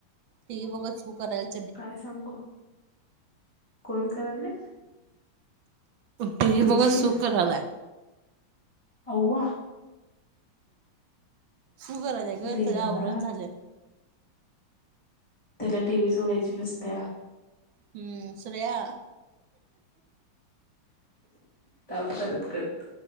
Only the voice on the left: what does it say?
काय सांगू कोण कराले.
कृषी
होवा
देवा
त्याला टीव्ही सोडायची नसत्या.
त मदत करतो.